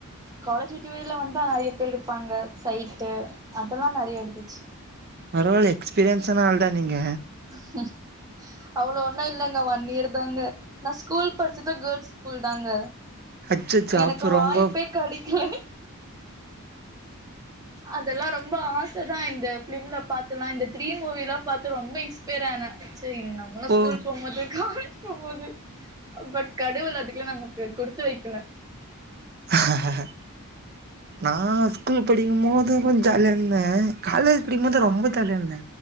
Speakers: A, on the right; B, on the right.
A: காலேஜ் விட்டு வெளிய வந்தா நெறைய பேர் இருப்பாங்க சைட்டு அதெல்லா நெறைய இருத்துச்சு
B: பரவால்லியே எக்ஸ்பீரியன்ஸான ஆள்தா நீங்க
A: ஹ்ம் அவ்ளோ ஒன்னு இல்லங்க ஒன் இயர் தாங்க நா ஸ்கூல் படிச்சது கேர்ள்ஸ் ஸ்கூல் தாங்க
B: அச்சச்சா
A: எனக்கு
B: அப்போ ரொம்ப
A: வாய்ப்பே கெடைக்கல அதெல்லா ரொம்ப ஆச தா இந்த பிலிம்ல பாத்துலா இந்த த்ரீ மூவில்லாம் பாத்து ரொம்ப இன்ஸ்பைர் ஆன செரி நம்மளு
B: ஓ
A: ஸ்கூல் போம்போது காலேஜ் போம்போது பட் கடவுள் அதுக்குலா நமக்கு குடுத்து வைக்கல
B: ஹ ஹஹ நா ஸ்கூல் படிக்கும்போது கொஞ்சோ ஜாலியா இருந்த காலேஜ் படிக்கும்போது ரொம்ப ஜாலியா இருந்த